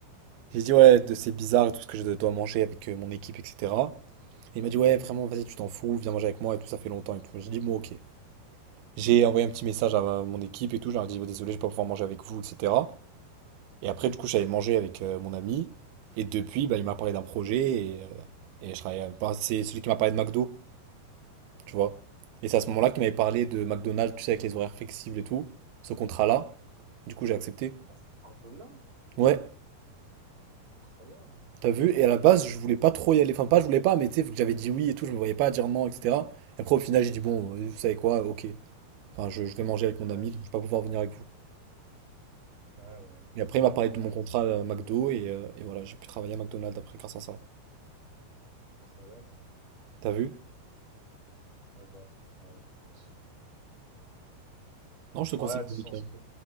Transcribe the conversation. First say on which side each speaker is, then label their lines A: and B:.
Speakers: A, on the right; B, on the right.
A: J'ai dit, ouais, de- c'est bizarre et tout ce que je dois manger avec euh, mon équipe, etc. Et il m'a dit, ouais, vraiment, vas-y, tu t'en fous, viens manger avec moi et tout, ça fait longtemps et tout. J'ai dit, bon, ok. J'ai envoyé un petit message à ma- mon équipe et tout, je leur ai dit Bah, désolé, je vais pas pouvoir manger avec vous, etc. Et après, du coup, j'avais mangé avec euh, mon ami. Et depuis, bah, il m'a parlé d'un projet et, euh, et je travaille. à- bah, c'est celui qui m'a parlé de McDo, tu vois. Et c'est à ce moment-là qu'il m'avait parlé de McDonald's, tu sais, avec les horaires flexibles et tout, ce contrat-là. Du coup, j'ai accepté.
B: Ah, ça part de là?
A: Ouais,
B: Incroyable.
A: t'as vu? Et à la base, je voulais pas trop y aller. Enfin, pas, je voulais pas, mais tu sais, vu que j'avais dit oui et tout, je me voyais pas dire non, etc. Et après, au final, j'ai dit bon, euh, vous savez quoi, ok. Enfin, je, je vais manger avec mon
B: Ouais.
A: ami, je vais pas pouvoir venir avec vous.
B: Ouais, ouais.
A: Et après, il m'a parlé de
B: Inter-
A: mon contrat à McDo et, euh, et voilà, j'ai pu travailler à McDonald's après grâce à ça.
B: Incroyable.
A: T'as vu?
B: Mais bon, ouais, écoute.
A: Non, je te conseille
B: Ouais, de toute
A: de
B: façon,
A: quand
B: si Je